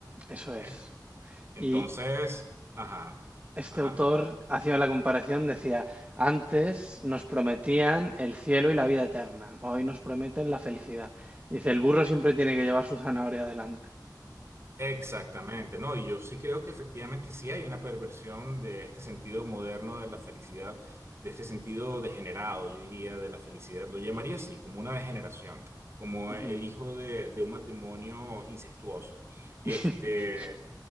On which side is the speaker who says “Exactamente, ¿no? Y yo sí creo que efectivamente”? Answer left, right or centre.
Right